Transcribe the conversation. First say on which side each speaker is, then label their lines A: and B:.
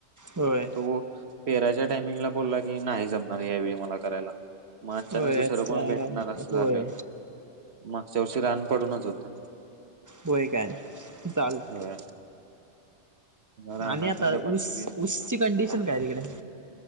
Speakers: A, on the right; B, on the right.
A: होय?
B: हो, पेरायच्या टायमिंगला बोलला की, नाही जमणार यावेळी मला करायला. मग अचानक
A: होय
B: दुसरं
A: अच्छा
B: कोण भेटणार असं
A: होय
B: झालं. मग चवशी रान पडूनच होत.
A: होय काय? नाही चालत
B: होय. रानाखंड
A: आणि आता
B: पण
A: ऊस
B: सगळे
A: ऊसची कंडिशन काय तिकडे?